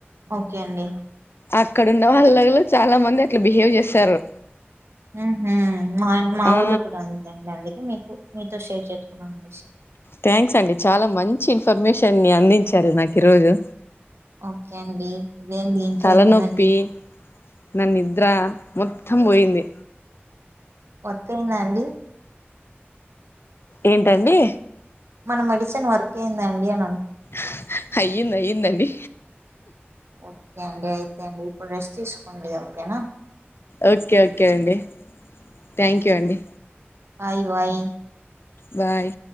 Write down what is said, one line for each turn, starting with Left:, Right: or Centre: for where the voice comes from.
Right: ఓకే అండి
Left: అక్కడ ఉన్న వాళ్ళలో చాలా మంది అట్లా బిహేవ్ చేస్తారు
Right: ఊహు మా మా
Left: ఆ
Right: ఊర్లో కూడా అంతే అండి అందుకే మీకు అంతా సేఫ్ మంగశ
Left: థ్యాంక్స్ అండి చాలా మంచి ఇన్ఫర్మేషన్ని అందించారు నాకు ఈ రోజు
Right: ఓకే అండి ఇదేంది ఇంకేముందండి
Left: తలనొప్పి నా నిద్ర మొత్తం పోయింది
Right: వర్కయ్యింద అండి
Left: ఏంటండి
Right: మన మెడిసిన్ వర్క్ అయిందండి అని అంట్
Left: హా హా అయ్యంది అయ్యందండి
Right: ఓకే అండి అయితే అండి ఇప్పుడు రెస్ట్ తిసుకోండి ఓకేనా
Left: ఓకే ఓకే అండి థ్యాంక్ యూ అండి
Right: బాయి బాయ్
Left: బాయ్